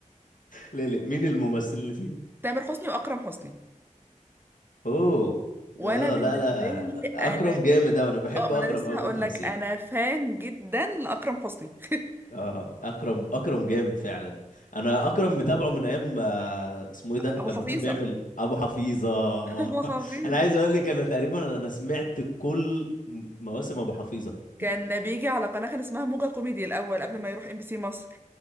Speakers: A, on the left; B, on the right.
A: ليه ليه مين الممثل اللي فيه
B: تامر حسني واكرم حسني
A: اوه
B: وانا
A: اه
B: بالنسبه
A: لا لا
B: لي انا
A: اكرم جامد اوي انا بحب
B: اه ما
A: اكرم
B: انا لسه
A: اوي في
B: هقول
A: التمثيل
B: لك انا فان جدا لاكرم حسني <laughs>
A: اه اكرم اكرم جامد فعلا انا اكرم متابعه من ايام آه، اسمه ايه ده
B: ابو
A: لما
B: حفيظه
A: كان بيعمل ابو حفيظه
B: <laughs> ابو
A: <laughs>
B: حفيظه
A: انا عايز اقول لك انا تقريبا انا سمعت كل م- مواسم ابو حفيظه
B: كان بيجي على قناه كان اسمها موجة كوميدي الاول قبل ما يروح ام بي سي مصر